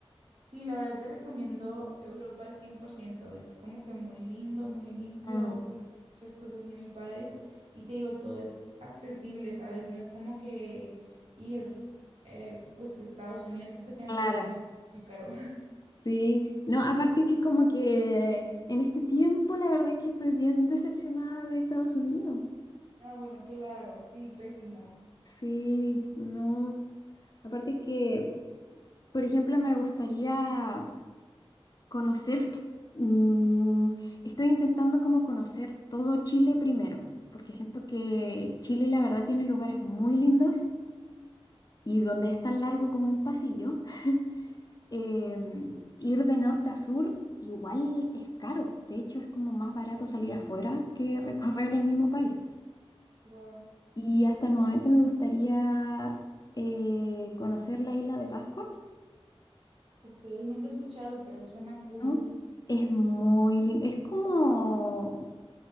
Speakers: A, on the right; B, on the left.
A: Sí, la verdad te recomiendo Europa al 100%. Es como que muy lindo, muy limpio,
B: Mm,
A: como que muchas cosas muy padres. Y te digo, todo es accesible, ¿sabes? No es como que ir eh, pues a Estados Unidos. Siento que en
B: claro,
A: Estados Unidos es muy caro. <laughs>
B: sí. No, aparte que como que en este tiempo la verdad es que estoy bien decepcionada de Estados Unidos.
A: Ah, bueno, claro, sí, pésimo.
B: Sí, no. Aparte que, por ejemplo, me gustaría conocer, mm, estoy intentando como conocer todo Chile primero, porque siento que Chile la verdad tiene lugares muy lindos y donde es tan largo como un pasillo, em, ir de norte a sur igual es caro. De hecho, es como más barato salir afuera que recorrer el mismo país.
A: Wow.
B: Y hasta el momento me gustaría eh, conocer la isla de Pascua,
A: Ok, nunca he escuchado, pero suena cool.
B: ¿no? Es muy lindo. Es como